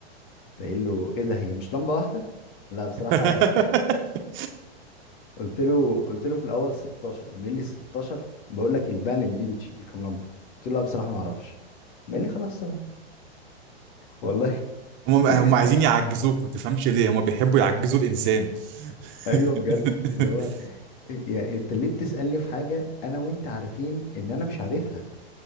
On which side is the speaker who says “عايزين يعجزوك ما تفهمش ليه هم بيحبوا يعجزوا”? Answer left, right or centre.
Right